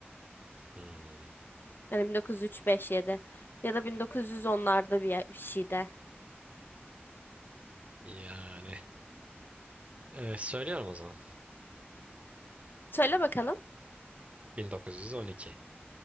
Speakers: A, on the right (about 35°); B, on the left (about 55°).
A: Hmm.
B: Yani 1903-5-7 ya da 1910'larda bir, yer- bir şeyde.
A: Yani e, söylüyorum o zaman.
B: Söyle bakalım.
A: 1912.